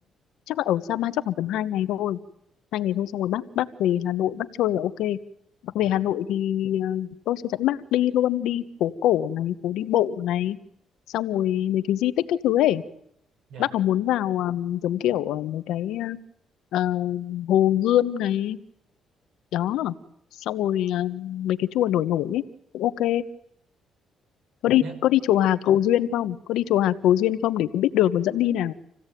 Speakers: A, on the left; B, on the right.
A: chắc là ở Sapa chắc khoảng tầm hai ngày thôi hai ngày thôi xong rồi bác bác về Hà Nội bác chơi là ok bác về
B: dạ
A: Hà Nội thì ờ, tôi sẽ dẫn bác đi luôn đi phố cổ này phố đi bộ này xong rồi mấy cái di tích các thứ ấy
B: dạ
A: bác có muốn vào ờm, giống kiểu ờ, mấy cái ờ, Hồ Gươm này đó xong rồi ờ, mấy cái chùa nổi nổi ấy cũng ok có đi
B: dạ.
A: có đi chùa Hà Cầu Duyên không có đi chùa Hà Cầu Duyên không để cũng biết đường còn dẫn đi nào